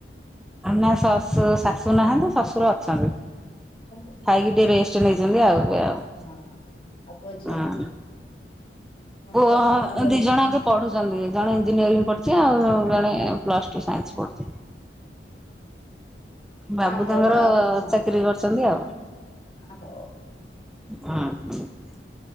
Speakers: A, in the centre; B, on the left (about 30°).
A: ନା ଶଶୁ ଶାଶୁ ନାହାନ୍ତି ଶ୍ୱଶୁର ଅଛନ୍ତି।
B: ସନ୍ତୁ।
A: ଖାଇକି ଟିକେ ରେଷ୍ଟ ନେଇଛନ୍ତି ଆଉ ଏବେ ଆଉ।
B: ହଁ ଆଉ ପୁଅ ଝିଅ।
A: ହଁ।
B: ତମର
A: ପୁଅ
B: କେତେ
A: ଦି
B: ଝିଅ
A: ଜଣ ଙ୍କେ ପଢୁଛନ୍ତି ଜଣେ ଇଞ୍ଜିନିୟରିଂ ପଢୁଛି ଆଉ ଜଣେ ପ୍ଲସ ଟୁ ସାଇନ୍ସ ପଢୁଛି। ବାବୁ
B: ଆମର
A: ତାଙ୍କର
B: ତ ହଁ
A: ଚାକିରି କରୁଛନ୍ତି ଆଉ।
B: ହଉ।
A: ହଁ।